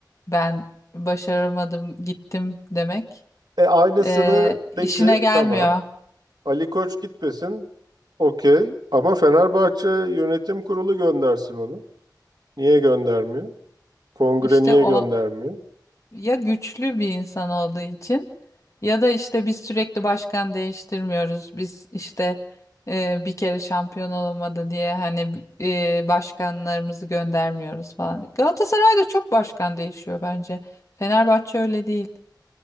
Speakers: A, on the left (about 45°); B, on the right (about 70°).
A: ben başaramadım gittim demek
B: E aynısını
A: e, işine
B: peki
A: gelmiyor.
B: tamam. Ali Koç gitmesin okey ama Fenerbahçe Yönetim Kurulu göndersin onu. Niye göndermiyor? Kongre
A: İşte
B: niye
A: o
B: göndermiyor?
A: ya güçlü bir insan olduğu için ya da işte biz sürekli başkan değiştirmiyoruz. Biz işte e, bir kere şampiyon olamadı diye hani e, başkanlarımızı göndermiyoruz falan. Galatasaray'da çok başkan değişiyor bence. Fenerbahçe öyle değil.